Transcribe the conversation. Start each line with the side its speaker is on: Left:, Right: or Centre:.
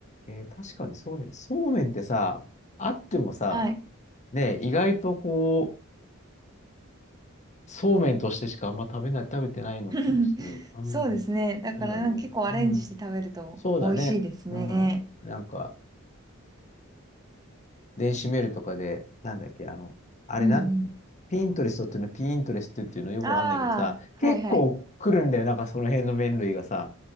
Left: えー確かにそうね。そうめんってさ、あってもさ、
Right: はい。
Left: ねえ、意外とこう、そうめんとしてしかあんま食べない、食べてないような気もする。
Right: <laughs>
Left: うん、
Right: そうですね。だからなんか結構アレンジして食べると美味しいですね。
Left: そうだね。うん、そうだね。うん、なんか、電子メールとかで、なんだっけ、あの、あれなんて、
Right: うんうん。
Left: ピントレストっていうの、ピントレストっていうのよくわかんないけどさ、
Right: ああ、はいはい。
Left: 結構来るんだよ、なんかその辺の麺類がさ。